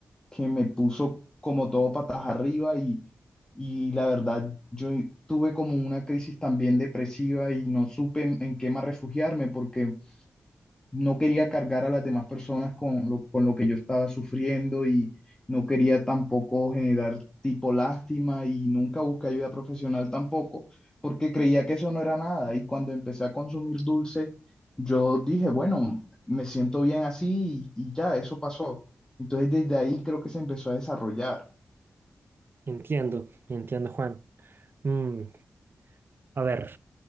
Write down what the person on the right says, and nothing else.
Entiendo, entiendo, Juan. Mm, A ver,